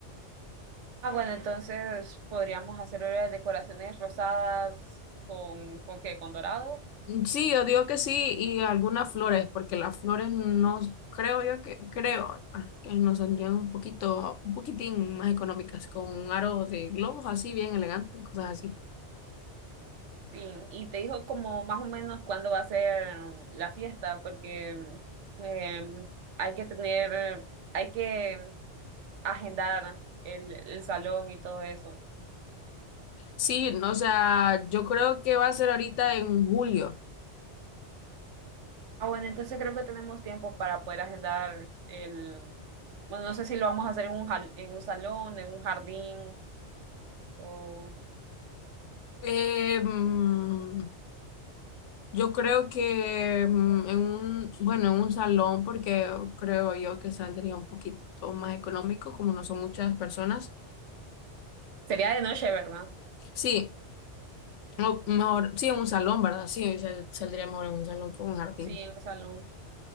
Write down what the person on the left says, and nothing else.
Mm, Sí, yo digo que sí, y algunas flores, porque las flores no, creo yo que, creo ah, que nos saldrían un poquito, un poquitín más económicas, con un aro de globos así, bien elegante, cosas así.
Sí, no, o sea, yo creo que va a ser ahorita en julio.
Eh, mm, yo creo que mm, en un, bueno, en un salón, porque creo yo que saldría un poquito más económico, como no son muchas personas.
Sí, O mejor, sí, en un salón, ¿verdad? Sí, sal- saldría mejor en un salón que en un jardín.